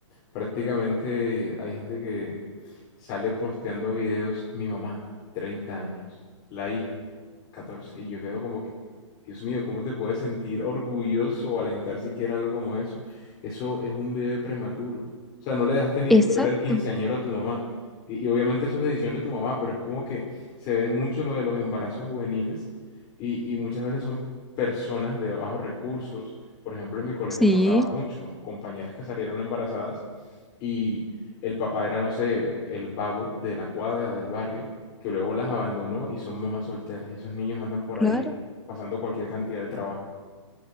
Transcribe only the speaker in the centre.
Exacto,
sí,
claro.